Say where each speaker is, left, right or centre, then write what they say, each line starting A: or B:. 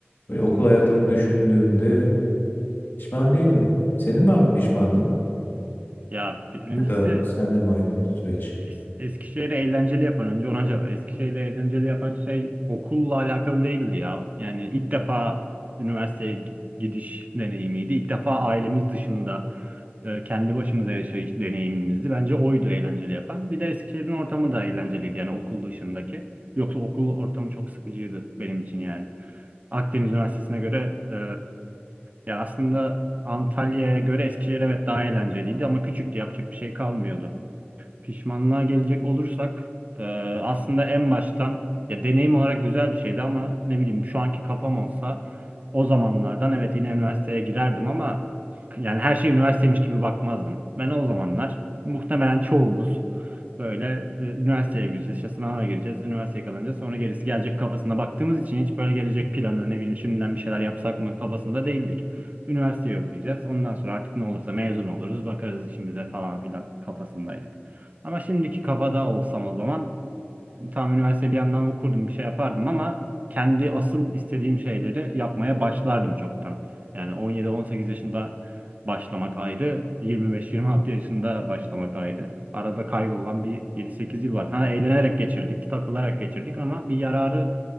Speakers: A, on the left (about 55°); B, on the right (about 35°).
A: böyle okul hayatımı düşündüğümde pişman değilim. Senin var mı pişmanlığın?
B: Ya birincisi
A: Ya da sende mi aynı süreç?
B: Es- Eskişehir'i eğlenceli yapan önce ona cevap. Eskişehir'i eğlenceli yapan şey okulla alakalı değildi ya. Yani ilk defa üniversiteye gi- gidiş deneyimiydi. İlk defa ailemiz dışında e, kendi başımıza yaşayış deneyimimizdi. Bence oydu eğlenceli yapan. Bir de Eskişehir'in ortamı da eğlenceliydi yani okul dışındaki. Yoksa okul ortamı çok sıkıcıydı benim için yani. Akdeniz Üniversitesi'ne göre e, ya aslında Antalya'ya göre Eskişehir evet daha eğlenceliydi ama küçüktü yapacak bir şey kalmıyordu. Pişmanlığa gelecek olursak e, aslında en baştan ya deneyim olarak güzel bir şeydi ama ne bileyim şu anki kafam olsa o zamanlardan evet yine üniversiteye girerdim ama yani her şey üniversiteymiş gibi bakmazdım. Ben o zamanlar muhtemelen çoğumuz böyle e, üniversiteye gireceğiz, işte sınava gireceğiz, üniversiteye kalınca sonra gerisi gelecek kafasına baktığımız için hiç böyle gelecek planı ne bileyim şimdiden bir şeyler yapsak mı kafasında değildik. Üniversiteyi okuyacağız. Ondan sonra artık ne olursa mezun oluruz, bakarız işimize falan filan kafasındaydık. Ama şimdiki kafada olsam o zaman tam üniversite bir yandan okurdum bir şey yapardım ama kendi asıl istediğim şeyleri yapmaya başlardım çoktan. Yani 17-18 yaşında başlamak ayrı, 25-26 yaşında başlamak ayrı. Arada kaybolan bir 7-8 yıl var. Ha eğlenerek geçirdik, takılarak geçirdik ama bir yararı